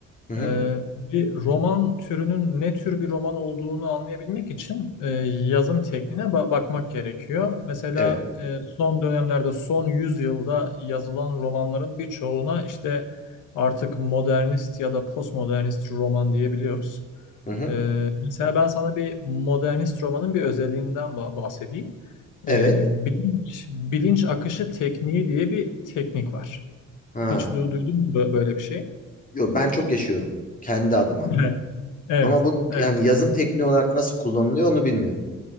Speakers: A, on the left; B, on the left.
A: Hı hı.
B: Ee, bir roman türünün ne tür bir roman olduğunu anlayabilmek için e, yazım tekniğine ba- bakmak gerekiyor. Mesela
A: Evet.
B: e, son dönemlerde, son yüzyılda yazılan romanların birçoğuna işte artık modernist ya da postmodernist roman diyebiliyoruz.
A: Hı hı.
B: Ee, mesela ben sana bir modernist romanın bir özelliğinden ba- bahsedeyim.
A: Evet.
B: Ee, bilinç, bilinç akışı tekniği diye bir teknik var.
A: Ha.
B: Hiç du- duydun mu bö- böyle bir şey?
A: Yo ben çok yaşıyorum kendi adıma.
B: <laughs> Evet.
A: Ama bu
B: Evet.
A: yani yazım tekniği olarak nasıl kullanılıyor onu bilmiyorum.